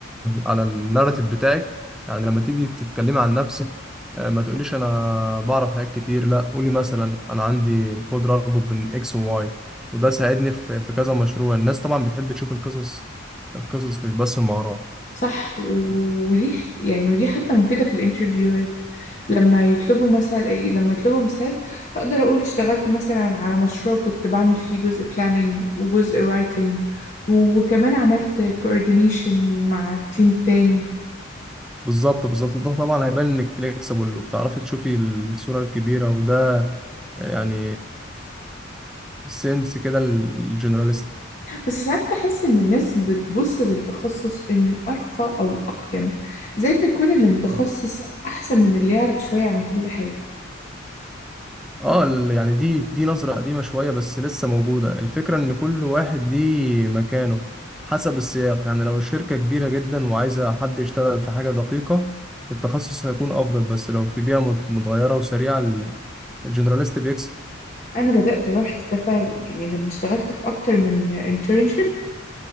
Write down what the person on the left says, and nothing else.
صح و- ودي يعني ودي حتى مفيدة في الانترفيوهات لما يطلبوا مثلا لما يطلبوا مثال أقدر أقول اشتغلت مثلا على مشروع كنت بعمل فيه جزء planning وجزء writing و- وكمان عملت coordination مع تيم تاني
بس ساعات بحس إن الناس بتبص للتخصص إنه أرقى أو أقيم زي ما يكون اللي متخصص أحسن من اللي يعرف شوية عن كل حاجة
أنا بدأت ألاحظ ده فعلا يعني لما اشتغلت في أكتر من internship